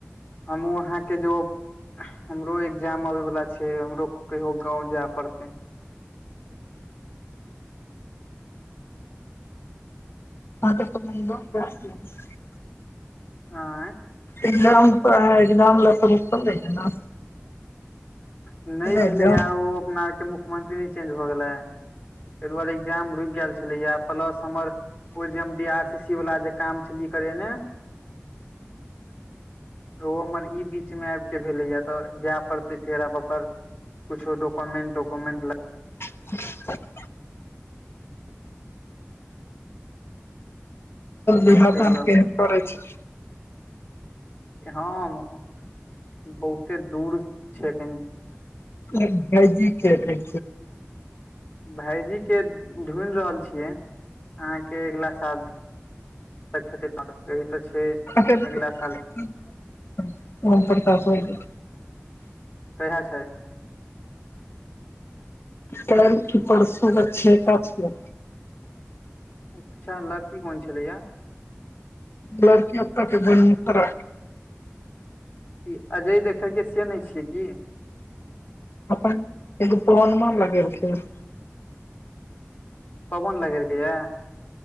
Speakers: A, on the left; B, on the left.
A: हमहु आहाँ के जो हमरो एग्जाम अबे वला छै हमरो कहियो गाँंव जाय पड़ते
B: <unintelligible>
A: आँय
B: एग्जाम तऽ एग्जाम ल त रूकल रहिये न
A: नहि भेलै
B: एग्जाम
A: यार ओ अपना आर के मुख मुख्यमंत्री नहि चेंज भऽ गेलै ताहि दुआरे एग्जाम रुकि गेल छलैया प्लस हमर ओ जे हम डी आर सी सी वला जे काम छलियै करेने ओ हमर ई बीचमे आबि के भेलै यऽ तऽ जाय पड़तै फेर आब पर कुछो डोकोमेंट टोकोमेंट
B: ह बिवाह
A: ताहि
B: दान
A: लऽ
B: कहिया
A: कऽ
B: करै छै
A: हम बहुते दूर छै एखैन
B: एक भायजी कहतै
A: भाायजी के ढूढ़ रहल छियै अहाँके अगिला साल तक हेतै तहन कहैय तऽ छै
B: <unintelligible>
A: अगिला साल
B: ओम प्रकाश एलै
A: कहिया छै
B: कैल कि परसो ओकर छेका छिये
A: अच्छा लड़की कोन छलैया
B: लड़की ओतअ केय बड़मोतरा केऽ
A: ई अजय देखलकै से नहि छियै की
B: अपन एगो पहुनमा लगेल कैय
A: पाहुन लगेलकै यै